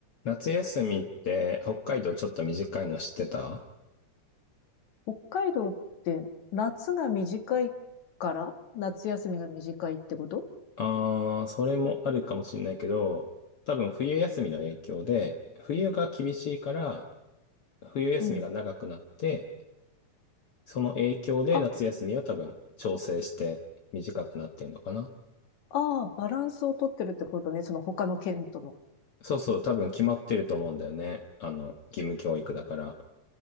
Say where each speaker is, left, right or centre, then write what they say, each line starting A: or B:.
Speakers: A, on the left; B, on the left.
A: 夏休みって北海道ちょっと短いの知ってた
B: 北海道って夏が短いから夏休みが短いってこと
A: あー、それもあるかもしれないけど、多分冬休みの影響で、冬が厳しいから、冬休みが長くなって、
B: うん。
A: その影響で夏休みは多分調整して短くなってんのかな
B: あ、ああ、バランスをとってるってことね。その他の県との。
A: そうそう、多分決まってると思うんだよね。あの、義務教育だから。